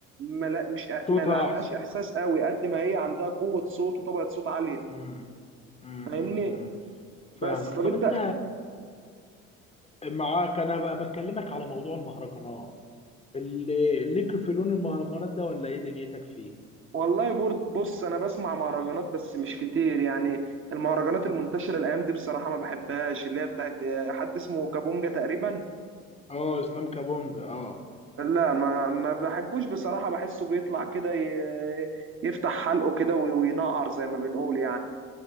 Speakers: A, on the right; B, on the left.
A: ما لا مش ما
B: صوتها
A: لا عندهاش
B: احسن
A: احساس قوي قد ما هي عندها قوه صوت وطبقه صوت عاليه
B: امم امم
A: فاهمني
B: أمم. فاهمك
A: بس طب
B: طب
A: انت
B: انت معاك انا بقى بكلمك على موضوع المهرجانات اللي ليك في لون المهرجانات ده ولا ايه دنيتك فيه
A: والله برد بص انا بسمع مهرجانات بس مش كتير يعني المهرجانات المنتشره الايام دي بصراحه ما بحبهاش اللي هي بتاعت آه، حد اسمه كابونجا تقريبا
B: اه اسلام كابونج اه
A: لا ما ما بحبوش بصراحه بحسه بيطلع كده ي- يفتح حلقه كده وي- وينقر زي ما بنقول يعني